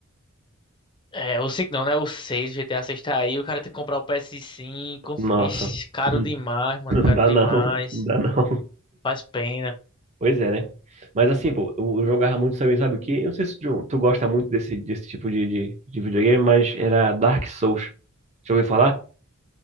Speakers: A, on the left; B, on the right.
A: É, o 5 não, né? O 6, GTA 6 tá aí. O cara tem que comprar o ps cinco,
B: Nossa,
A: Ixi, caro
B: <laughs> Hum.
A: demais, mano.
B: não
A: Caro
B: dá
A: demais.
B: não, não dá não.
A: Faz pena.
B: Pois é, né? Mas assim, pô, eu eu jogava muito também, sabe o quê? Eu não sei se tu, tu gosta muito desse, desse tipo de, de, de videogame, mas era Dark Souls. Já ouviu falar?